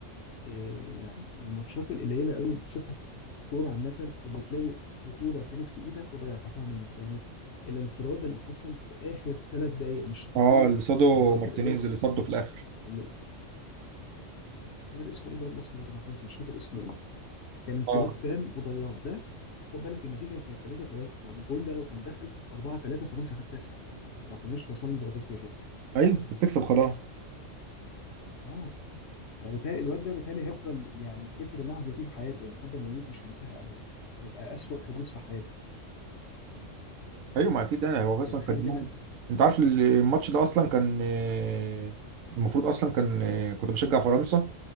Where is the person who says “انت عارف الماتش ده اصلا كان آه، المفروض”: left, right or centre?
Right